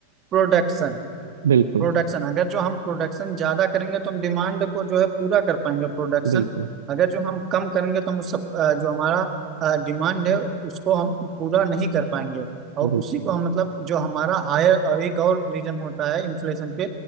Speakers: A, on the right; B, on the right.
A: प्रोडक्शन
B: बिल्कुल
A: प्रोडक्शन अगर जो हम प्रोडक्शन ज्यादा करेंगे तो हम डिमांड को जो है पूरा कर पाएंगे प्रोडक्शन
B: बिल्कुल
A: अगर जो हम कम करेंगे तो हम उस सब- अ, जो हमारा डिमांड है उसको हम पूरा नहीं कर पाएंगे और
B: बिल्कुल
A: उसी को हम मतलब जो हमारा हायर एक और रीजन होता है इन्फ्लेशन पे